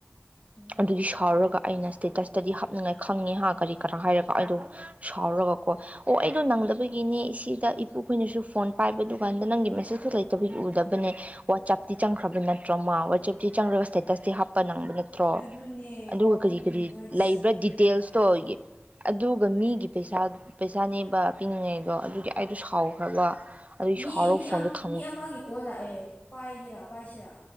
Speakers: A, on the left; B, on the right.
A: ꯎꯝ
B: ꯗꯨꯒꯤ ꯁꯥꯎꯔꯒ ꯑꯩꯅ ꯁ꯭ꯇꯦꯇꯁꯇꯗꯤ ꯍꯥꯞꯅꯤꯡꯉꯥꯏ ꯈꯪꯉꯦ ꯍꯥ ꯀꯔꯤ ꯀꯔꯥ ꯍꯥꯏꯔꯒ ꯑꯩꯗꯣ ꯁꯥꯎꯔꯒꯀꯣ ꯑꯣ ꯑꯩꯗꯣ ꯅꯪꯗꯕꯩ ꯒꯤꯅꯦ ꯏꯁꯤꯗ ꯏꯄꯨꯈꯣꯏꯅꯁꯨ ꯐꯣꯟ ꯄꯥꯏꯕꯗꯨꯀꯥꯟꯗ ꯅꯪꯒꯤ ꯃꯦꯁꯦꯁꯇꯨ ꯂꯩꯇꯕꯒꯤ ꯎꯗꯕꯅꯦ ꯋꯥꯆꯞꯇꯤ ꯆꯪꯈ꯭ꯔꯕ ꯅꯠꯇ꯭ꯔꯣ ꯃꯥ ꯋꯥꯆꯞꯇꯤ ꯆꯪꯔꯒ ꯁ꯭ꯇꯦꯇꯁꯇꯤ ꯍꯥꯞꯄ ꯅꯪꯕ ꯅꯠ ꯇ꯭ꯔꯣ
A: ꯑꯗꯨꯅꯦ
B: ꯑꯗꯨꯒ
A: ꯄꯥꯎꯈꯨꯝ
B: ꯀꯔꯤ
A: ꯈꯨꯝꯅꯤꯉꯥꯏ
B: ꯀꯔꯤ ꯂꯩꯕ꯭ꯔꯥ
A: ꯊꯤꯕꯅꯦꯕ
B: ꯗꯤꯇꯦꯜꯁꯇꯣ
A: ꯃꯥꯏꯗꯣ
B: ꯑꯗꯨꯒ ꯃꯤꯒꯤ ꯄꯩꯁꯥ ꯄꯩꯁꯥꯅꯦꯕ ꯄꯤꯅꯤꯡꯉꯥꯏꯗꯣ ꯑꯗꯨꯒꯤ ꯑꯩꯗꯣ ꯁꯥꯎꯈ꯭ꯔꯕ ꯑꯗꯨꯒꯤ
A: ꯃꯤ
B: ꯁꯥꯎꯔꯒ
A: ꯃꯤ
B: ꯐꯣꯟꯗꯣ
A: ꯑꯝ
B: ꯊꯝ
A: ꯃꯤ ꯑꯃꯒꯤ ꯀꯣꯜ ꯂꯥꯛꯑꯦ ꯄꯥꯏꯒꯦꯔꯥ ꯄꯥꯏꯁꯤꯔꯥ